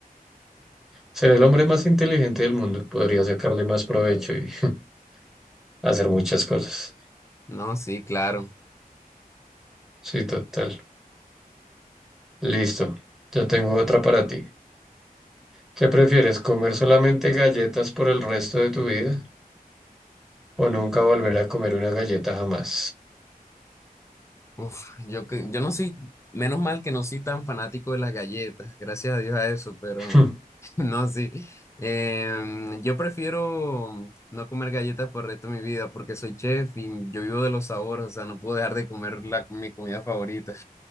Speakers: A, in the centre; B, on the left.
A: ser el hombre más inteligente del mundo, podría sacarle más provecho y <laughs> hacer muchas cosas.
B: No, sí, claro.
A: Sí, total. Listo, ya tengo otra para ti. ¿Qué prefieres, comer solamente galletas por el resto de tu vida o nunca volver a comer una galleta jamás?
B: Uf, yo, que- yo no soy, menos mal que no soy tan fanático de las galletas, gracias a Dios a eso, pero
A: <laughs> Hmm,
B: <laughs> no, sí. Em, yo prefiero no comer galletas por el resto de mi vida porque soy chef y yo vivo de los sabores, o sea, no puedo dejar de comer la, mi comida favorita.